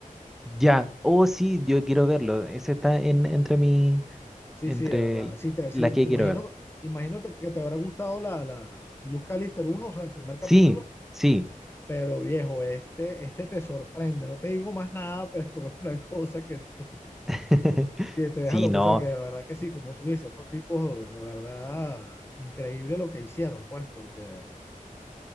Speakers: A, in the centre; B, on the left.
A: Ya. Oh, sí, yo quiero verlo. Ese está en, entre mi,
B: Sí,
A: entre
B: sí, de verdad. Sí, te, sí,
A: las
B: me
A: que
B: imagino,
A: quiero ver.
B: imagínate que te habrá gustado la, la Luz Callister uno o sea, el primer capítulo,
A: Sí, sí.
B: pero viejo, este, este te sorprende, no te digo más nada, <laughs> pero una cosa que tú
A: <laughs>
B: que te deja
A: Sí,
B: loco.
A: no.
B: O sea, que de verdad que sí, como tú dices, estos tipos de verdad increíble lo que hicieron, pues, porque,